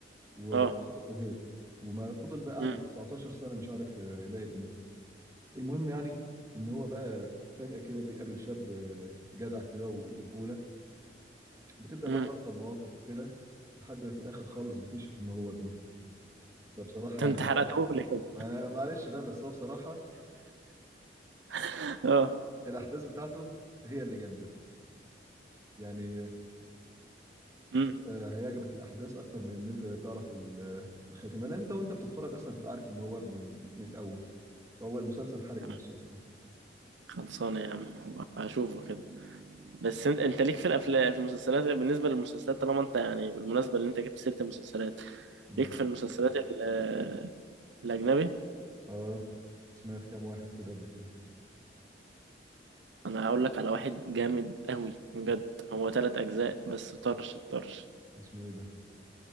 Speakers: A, on the right (about 15°); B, on the right (about 85°).
A: وخطفه
B: اه
A: وهرب وما فضل بقى قاعد
B: مم.
A: يجي 19 سنه مش عارف يلاقي ابنه المهم يعني ان هو بقى فجأة كده بيقابل شاب آه، جدع كده ورجولة بتبدأ
B: مم.
A: بقى تحصل مواقف وكده لحد ما في الاخر خالص بيكتشف ان هو ابنه فبصراحة يعني
B: انت أنت حرقتهولي
A: هو
B: كده
A: ما معلش بقى بس هو بصراحة
B: <laughs> اه
A: الاحداث بتاعته هي اللي جامدة يعني
B: مم.
A: آه، هيعجبك الاحداث اكتر من ان انت تعرف ال- آه، الخاتمة لان انت وانت بتتفرج اصلا تبقى عارف ان هو ابنه من الاول فهو المسلسل حرق
B: يا عم
A: نفسه اصلا
B: خلصانه يا عم هبقى اشوفه كده بس انت انت ليك في الافلام في المسلسلات بالنسبه للمسلسلات طالما انت يعني بالمناسبه اللي انت جبت سيره المسلسلات
A: مم.
B: ليك في المسلسلات ال- الاجنبي
A: اه سمعت كام واحد كده قبل كده
B: انا هقول لك على واحد جامد قوي بجد هو ثلاث اجزاء بس طرش الطرش
A: اسمه ايه ده